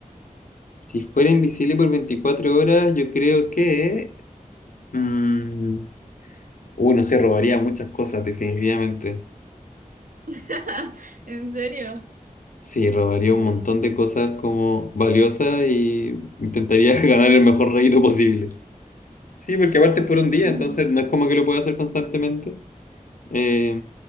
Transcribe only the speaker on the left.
Si fuera invisible por 24 horas, yo creo que... mm, uh, no sé, robaría muchas cosas, definitivamente.
Sí, robaría
un montón de cosas como valiosas y intentaría <laughs> ganar el mejor rédito posible. Sí, porque aparte es
por un día, entonces no es como que lo pueda hacer constantemente. Eh,